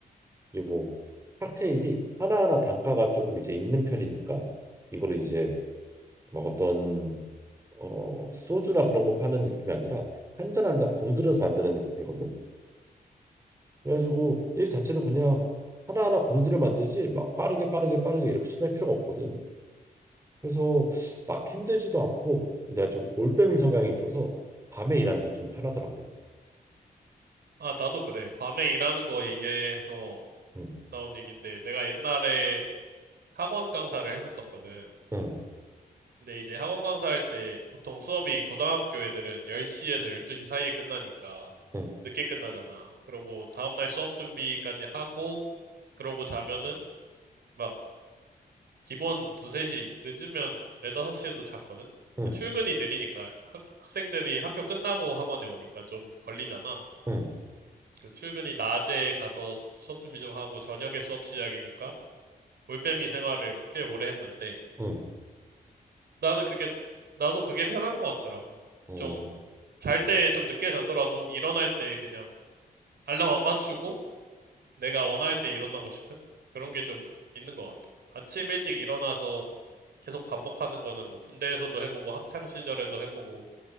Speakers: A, on the right; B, on the right.
A: 그리고 칵테일이 하나하나 단가가 조금 이제 있는 편이니까 이거를 이제 막 어떤 어 소주나 그런 거 파는 느낌이 아니라 한 잔 한 잔 공들여서 만드는 느낌이거든. 그래가지고 일 자체도 그냥 하나하나 공들여 만들지 막 빠르게 빠르게 빠르게 이렇게 쳐낼 필요가 없거든. 그래서 막 힘들지도 않고 내가 좀 올빼미 성향이 있어서 밤에 일하는 게 좀 편하더라고.
B: 아, 나도 그래. 밤에 일하는 거 얘기해서
A: 응,
B: 나온 얘기인데 내가 옛날에 학원 강사를 했었었거든.
A: 응,
B: 근데 이제 학원 강사할 때 보통 수업이 고등학교 애들은 10시에서 12시 사이에 끝나니까
A: 응,
B: 늦게 끝나잖아. 그러고 다음날 수업 준비까지 하고 그러고 자면은 막 기본 두세 시 늦으면 네다섯 시에도 잤거든.
A: 응,
B: 출근이 느리니까 학, 학생들이 학교 끝나고 학원에 오니까 좀 걸리잖아.
A: 응,
B: 그래서 출근이 낮에 가서 수업 준비 좀 하고 저녁에 수업 시작이니까 올빼미 생활을 꽤 오래 했는데
A: 응.
B: 나는 그게, 나도 그게 편한 것 같더라고.
A: 어,
B: 좀, 잘 때 좀 늦게 자더라도 일어날 때 그냥 알람 안 맞추고 내가 원할 때 일어나고 싶은 그런 게 좀 있는 것 같다. 아침 일찍 일어나서 계속 반복하는 거는 뭐 군대에서도 해보고 학창 시절에도 해보고